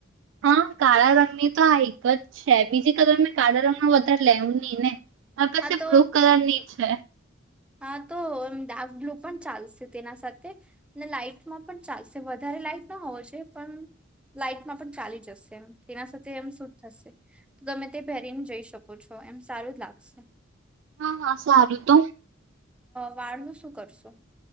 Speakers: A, on the right (about 65°); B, in the centre.
A: હા, કાળા રંગની તો આ એક જ છે. બીજી કલર મેં કાળા રંગ ન વધારે લેવું નહીં ને? મારી પાસે
B: હા તો
A: બ્લુ કલર ની છે.
B: હા, તો એમ ડાર્ક બ્લુ પણ ચાલશે, તેના સાથે અને લાાઈટમાં પણ ચાલશે. વધારે લાઈટ ન હોવો જો પણ લાાઈટમાં પણ ચાલી જશે એ તેના સાથે એમ શૂટ થશે. તો તમે તે પહેરીને જઈ શકો છો, એમ સારું જ લાગશે.
A: હા, હા, સારું તો.
B: વાળ ન શું કરશો?